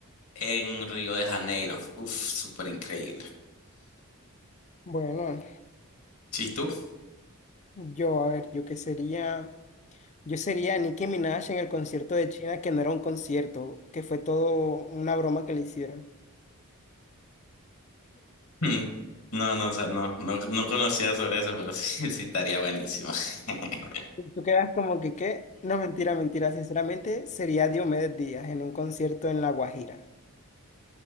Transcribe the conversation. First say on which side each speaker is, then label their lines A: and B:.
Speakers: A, on the left; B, on the left.
A: en Río de Janeiro. Uf, súper increíble.
B: Bueno,
A: ¿Sí tú? <laughs>
B: yo, a ver, yo qué sería, yo sería Nicki Minaj en el concierto de China, que no era un concierto, que fue todo una broma que le hicieron.
A: Hmm. No, no, o sea, no, no, no conocía sobre eso, pero <laughs> sí, sí estaría buenísimo. <laughs>
B: Y Tú quedas como que, ¿qué? No, mentira, mentira. Sinceramente, sería Diomedes Díaz en un concierto en La Guajira.